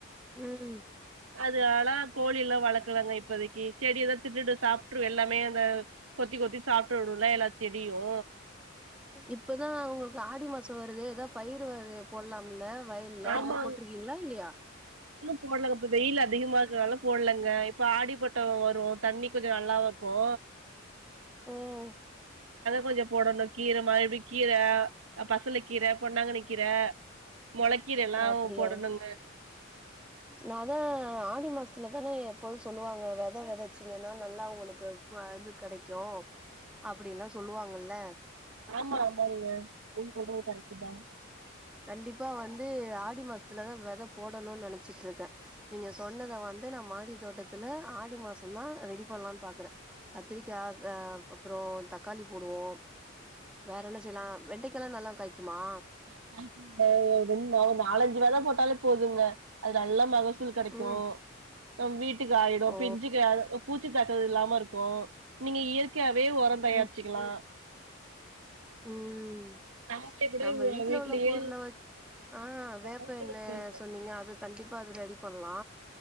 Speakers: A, in the centre; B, on the right (about 85°).
A: ம்
B: அது அதல்லா கோழி எல்லா வளக்கலாங்க இப்போதைக்கி செடி எதா தின்னுட்டு சாப்ட்ரு எல்லாமே அந்த கொத்தி கொத்தி சாப்ட்டுடுல எல்லா செடியு
A: இப்பதா உங்களுக்கு ஆடி மாசோ வருது எதா பயிறு வக போடலாம்ல வயல்ல
B: ஆமாங்
A: ஏதா போட்டிருக்கீங்களா இல்லையா
B: இன்னு போடலங்க இப்ப வெயில் அதிகமா இருக்கனால போடலங்க இ ப்ப ஆடிப்பட்டோ வரு தண்ணி கொஞ்ச நல்லாவு இருக்கு
A: ம்
B: கொஞ்சோ போடணு கீர மறுபடி கீர அ பசல கீர பொன்னாங்கன்னி கீர மொள கீர எல்லா
A: அப்டியா
B: போடணுங்க
A: நா அதா ஆடி மாசத்துலதான எப்போது சொல்லுவாங்க வெத வெதச்சீங்கன்னா நல்லா உங்களுக்கு ப இது கெடைக்கு அப்பிடின்லா சொல்லுவாங்கல்ல
B: ஆமா ஆமாங்க நீங்க சொல்றது கரெக்டுதா
A: கண்டிப்பா வந்து ஆடி மாசத்துலதா வெத போடணுன்னு நெனைச்சிட்ருக்கே நீங்க சொன்னத வந்து நான் மாடி தோட்டத்துல ஆடி மாசந்தா ரெடி பண்லான் பாக்குறே கத்திரிக்கா ஆ அப்புறோ தக்காளி போடுவோ வேற என்ன செய்யலா வெண்டைக்கா எல்லா நல்லா காய்க்குமா
B: ஆ காய்க்குங்க வெண் ஒரு நாலஞ்சு வெத போட்டாலே போதுங்க அது நல்லா மகசூல் கெடைக்கு
A: ம்
B: நம் வீ ட்டுக்கு ஆயிடு
A: ஓ
B: பிஞ்சுக்கு ஆ அ பூ ச்சி தாக்குறது இல்லாம இருக்கு நீங்க இயற்கையா வே ஒரோந் தயாரிச்சிக்கலா
A: ம் ம்
B: நம்மளே கூட
A: நம்ம வீட்ல
B: வீட்லயே
A: உள்ள பொருள வச் ஆ வேப்ப
B: சொல்லுங்க
A: எண்ண
B: சொல்லுங்க
A: சொன்னீங்க அது கண்டி ப்பா அது ரெடி பண்லா